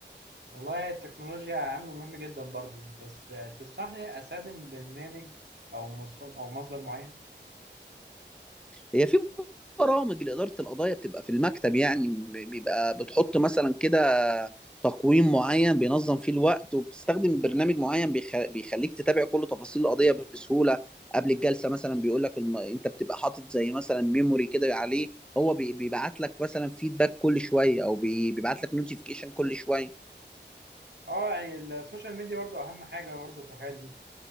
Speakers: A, on the right; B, in the centre.
A: والله التكنولوجيا عامل مهم جدا برضو بس آه، تنصحني استخدم برنامج او مص- او مصدر معين
B: هي في برامج لإدارة القضايا بتبقى في المكتب يعني بيبقى بتحط مثلا كده تقويم معين بينظم فيه الوقت وبتستخدم برنامج معين بيخ- بيخليك تتابع كل تفاصيل القضية بسهولة قبل الجلسة مثلا بيقول لك الم... انت بتبقى حاطط زي مثلا ميموري كده عليه هو بي- بيبعت لك مثلا فيدباك كل شوية او بي- بيبعت لك نوتيفيكيشن كل شوية
A: اه يعني السوشيال ميديا برضو اهم حاجه برضو في الحاجات دي